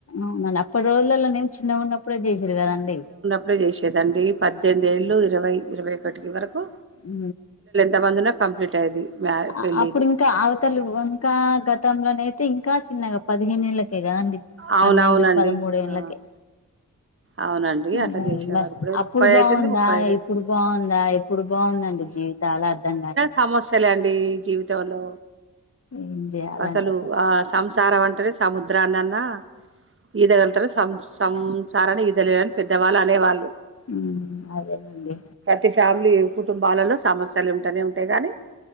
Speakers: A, on the left; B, on the right.
A: ఉ నున్ అప్పటి రోజులలో నే చిన్నగా ఉన్నప్పుడే చేసిర్ కదా అండి
B: ఇప్పుడే చేసిర్ అండి పద్దెనిమిది ఏళ్ళు ఇరవై ఇరవై ఒక్కటి వరకు
A: ఉ
B: తమందన కంప్లీట్ అయ్యేది మ్యారే
A: అఅ
B: పెళ్ళిళ్ళు
A: అప్పుడు కా అవతిలువు వుంకా గతం లో నైతే ఇంకా చిన్నగా పదిహేనేళ్ళకే కధ అండి
B: అవునవునండి
A: పన్నెండు పద మూడు ఏళ్లకే
B: ఆ అవునండి అట్లా
A: నే
B: చేసేవారు
A: మరి
B: ఇప్పుడు
A: అప్పుడు
B: ముప్పై
A: బాగుందా
B: అయితుంది ముప్పై ఐదు అయితుంది
A: ఇప్పుడు బాగుందా ఇప్పుడు బాగుందండి జీవితాలు అర్థం కా
B: కమస్యలే అండి జీవితంలో
A: ఏం చేయాలండి
B: అసలు ఆ సంసారం అంటేనే సముద్రానన్నా ఈద గలతారు సం సం సంసారాన్ని ఈదలేరని పెద్దవాళ్లు అనేవాళ్ళు
A: ఉ అదే నండి
B: తి ఫ్యామిలీ కుటుంబాలలో సమస్యలు ఉంటానే ఉంటాయి గాని